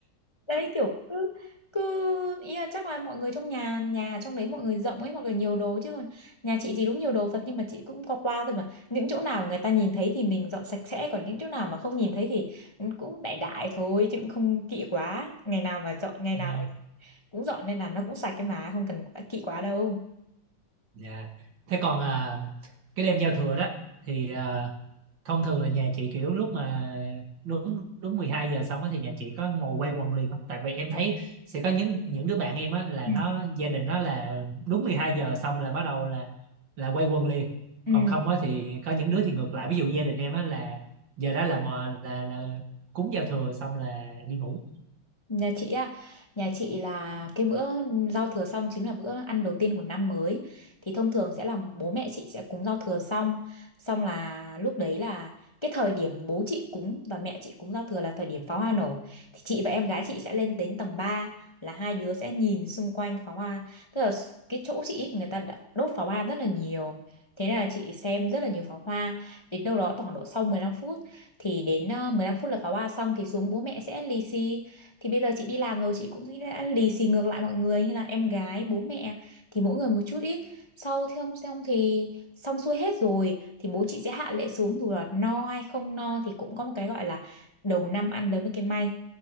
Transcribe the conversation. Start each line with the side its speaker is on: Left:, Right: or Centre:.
Left: đấy kiểu cứ cứ ý là chắc là mọi người trong nhà nhà trong đấy mọi người rộng ấy hoặc là nhiều đồ chứ còn nhà chị thì đúng nhiều đồ thật nhưng mà chị cũng qua qua thôi mà những chỗ nào người ta nhìn thấy thì mình dọn sạch sẽ còn những chỗ nào mà không nhìn thấy thì cũng đại đại thôi chứ cũng không kỹ quá ngày nào mà dọn ngày nào
Right: à,
Left: cũng dọn nên là nó cũng sạch cái mà không cần quá kỹ quá đâu
Right: dạ. thế còn à, cái đêm giao thừa đó thì à, thông thường là nhà chị kiểu lúc mà đúng đúng 12 giờ xong á thì nhà chị có ngồi quay quần liền không tại vì em thấy sẽ có những những đứa bạn em á là
Left: Ừ.
Right: nó gia đình nó là đúng 12 giờ xong là bắt đầu là là quay quần liền
Left: Ừ.
Right: còn không á thì có những đứa thì ngược lại ví dụ gia đình em á là giờ đó là mò là là cúng giao thừa xong là đi ngủ
Left: Nhà chị á, nhà chị là cái bữa giao thừa xong chính là bữa ăn đầu tiên của năm mới. Thì thông thường sẽ là bố mẹ chị sẽ cúng giao thừa xong, xong là lúc đấy là cái thời điểm bố chị cúng và mẹ chị cúng giao thừa là thời điểm pháo hoa nổ. Thì chị và em gái chị sẽ lên đến tầng ba là hai đứa sẽ nhìn xung quanh pháo hoa. Tức là s- cái chỗ chị ý, người ta đã đốt pháo hoa rất là nhiều. Thế nên là chị xem rất là nhiều pháo hoa Đến đâu đó khoảng độ sau 15 phút Thì đến ờ, 15 phút là pháo hoa xong Thì xuống bố mẹ sẽ lì xì thì bây giờ chị đi làm rồi chị cũng đã lì xì ngược lại mọi người như là em gái bố mẹ thì mỗi người một chút ít sau thì không xong thì xong xuôi hết rồi thì bố chị sẽ hạ lễ xuống dù là no hay không no thì cũng có một cái gọi là đầu năm ăn lấy một cái may